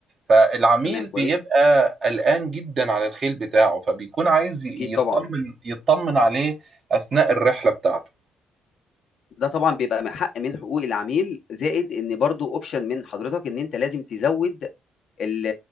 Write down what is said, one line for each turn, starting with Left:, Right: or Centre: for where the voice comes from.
Right: فالعميل
Left: تمام كويس
Right: بيبقى قلقان جدا على الخيل بتاعه فبيكون عايز يطمن
Left: اكيد طبعا
Right: يطمن عليه أثناء الرحلة بتاعته
Left: ده طبعا بيبقى من حق من حقوق العميل زائد ان برضه اوبشن من حضرتك ان انت لازم تزود ال-